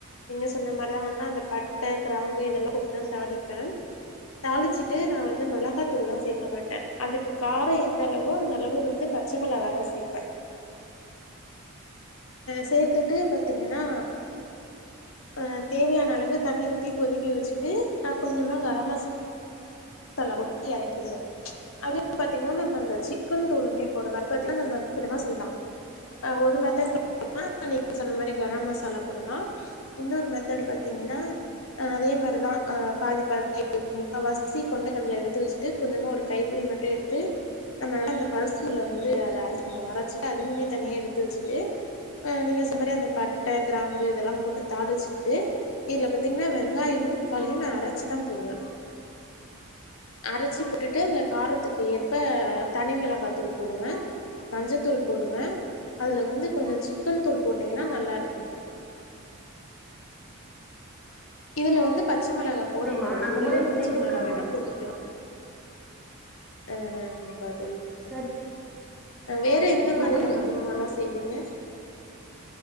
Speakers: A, on the left (about 65°); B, in the centre.
A: நீங்க சொன்ன மாரிதா வந்து அந்த பட்டை கிராம்பு இதெல்லா போட்டுதா தாளிப்ப தாளிச்சிட்டு நா வந்து மிளகாத்தூள்லா சேர்க்க மாட்ட அதுக்கு காரம் எந்த அளவோ அந்த அளவு வந்து ப ச்ச மெளகா தா சேப்ப சேர்த்துட்டு பார்த்தீங்கனா அ தேவையான அளவு தண்ணி ஊத்தி கொதிக்க வெச்சுட்டு நா கொஞ்சமா கரம் மசா லா போட்டு எறக்கிடுவே அதுலயே பாத்தீங்கன்னா நம்ம இந்த சிக்கன் தூளுமே போடலா அது பத்தீங்கன்னா நம்ம விதவிதமா செய்யலா ஒரு ஒரு மெத்தட் பாத்திங்கன்னா நீங்க சொன்ன மாரி கரம் மசாலா போடலா இன்னொரு மெத்தட் பாத்தீங்கன்னா அதே மாரிதா ஆ பாதி பாதி முக்கா வாசி கொண்ட கடல எடுத்து வெச்சு கொஞ்சமா ஒரு கைப்பிடி மட்டு எடுத் து நம்ம அந்த பல்ஸ் மோட்ல வந்து அத அரைச்சிக்கணு அரைச்சிட்டு அதியுமே தனியா எடுத்து வெச்சுட்டு ஆ நீங்க மாரி அந்த பட்ட கிராம்பு இதெல்லாம் போட்டு தாளிச்சுட்டு இதுல பத் பாத்திங்கன்னா வெங்காயமு களியும் நா அரைச்சி தா போடுவ அரைச்சி போட்டுட்டு அதுல காரத்துக்கு ஏற்ப தனிமிளகாதூள் போடுவே மஞ்சத்தூள் போடுவே அதுல வந்து கொஞ்சோ சிக்கன் தூள் போட்டீங்கன்னா நல்லா இருக்கும் தோழி இதுல வந்து பச்ச மிளகா போட
B: சரிம்மா
A: கூடாது
B: நா அந்த
A: ஒரே
B: முறையில
A: ஒரு பச்ச
B: செய்துக்கிறேம்மா
A: மிளகா வேணா போட்டுக்கலா அ அ கண்டிப்பா தோழி
B: சரி
A: வேற எந்த மாதிரியான
B: நம்பி
A: குருமாலா செ செய்வீங்க